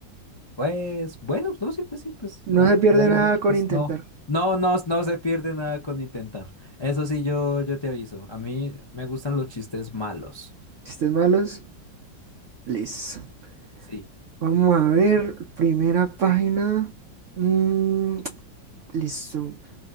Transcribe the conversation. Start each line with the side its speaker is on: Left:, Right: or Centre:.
Left: Pues bueno, no sé, pues sí, pues
Right: No
Left: dale,
Right: se pierde
Left: dale
Right: nada
Left: a ver,
Right: con
Left: pues
Right: intentar.
Left: no, no, no, no se pierde nada con intentar. Eso sí, yo, yo te aviso, a mí me gustan los chistes malos.
Right: Chistes malos, listo.
Left: Sí,
Right: Vamos a ver, primera página. Mm, listo.